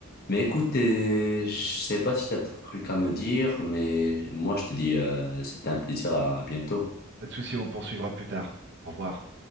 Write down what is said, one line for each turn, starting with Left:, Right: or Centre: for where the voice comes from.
Left: Mais écoute, euh, je sais pas si tu as un truc à me dire, mais moi je te dis, euh, c'était un plaisir, à bientôt.
Right: pas de souci on poursuivra plus tard au revoir